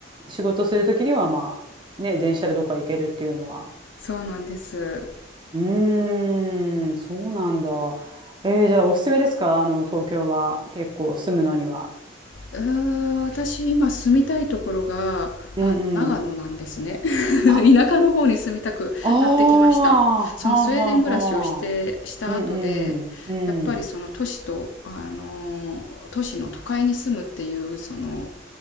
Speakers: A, on the right; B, on the left.
A: 仕事するときにはまあ、ね、電車でどっか行けるっていうのは。
B: そうなんです。
A: うーん、そうなんだ。えー、じゃあおすすめですかあの、東京は結構住むのには。
B: うーん、私今住みたいところが、
A: うんうん。
B: あの、長野なんですね。<laughs>
A: あ、
B: 田舎の方に住みたくなってきました。
A: ああ、はあはあはあ。
B: そのスウェーデン暮らしをして、した後で、
A: うんうん、うん。
B: やっぱりその都市と、あのー、都市の都会に住むっていう、その、